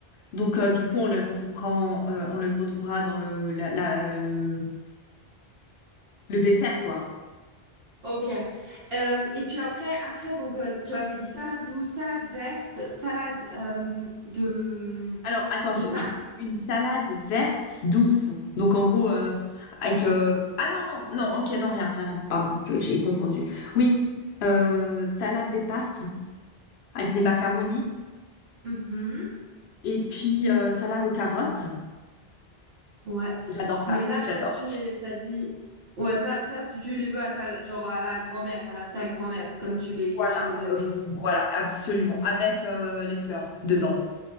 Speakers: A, on the left; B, on the right.
A: Donc, euh, du coup, on les retrouvera, en- euh, on les retrouvera dans le, la- la- euh, le, le dessert, quoi.
B: Ok. Euh, et puis après, après donc euh, tu avais dit salade douce, salade verte, salade euh, de
A: Alors, attends,
B: de
A: je,
B: pâtes.
A: je veux une salade verte douce. Donc, en gros, euh, avec... euh, Ah non, non, non, ok, non, rien, rien, rien. Pardon, je- j'ai confondu. Oui, euh, salade des pâtes avec des macaronis
B: Mhm.
A: et puis euh, salade aux carottes.
B: Ouais.
A: J'adore ça,
B: Mais là,
A: j'adore.
B: là tu les- t'as dit ouais là ça si tu les veux à ta genre à la grand-mère, à la style grand-mère comme tu les
A: Voilà,
B: tu les avais.
A: euh, voilà, absolument. Avec euh, les fleurs dedans.